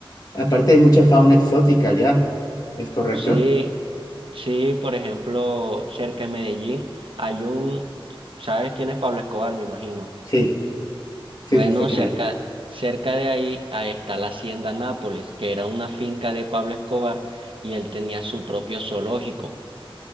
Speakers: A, on the left; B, on the right.
A: Aparte, hay mucha fauna exótica allá. ¿Es correcto?
B: Sí. Sí, por ejemplo, cerca de Medellín hay un, ¿sabes quién es Pablo Escobar? Me imagino.
A: Sí, sí,
B: Bueno,
A: sí, sé quién
B: cerca,
A: es.
B: cerca de ahí, ahí está la Hacienda Nápoles, que era una finca de Pablo Escobar y él tenía su propio zoológico.